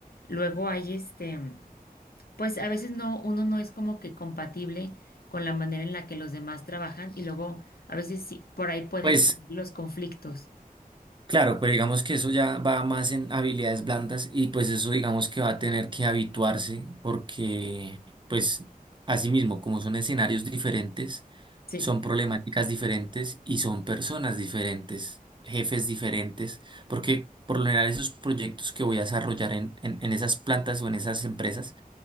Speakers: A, on the left; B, on the right.
A: luego hay este, pues a veces no, uno no es como que compatible con la manera en la que los demás trabajan y luego a veces sí, por ahí pueden
B: Pues
A: salir los conflictos.
B: Claro, pero digamos que eso ya va más en habilidades blandas y pues eso digamos que va a tener que habituarse porque pues así mismo como son escenarios diferentes,
A: Sí,
B: son problemáticas diferentes y son personas diferentes, jefes diferentes, porque por lo general esos proyectos que voy a desarrollar en, en, en esas plantas o en esas empresas,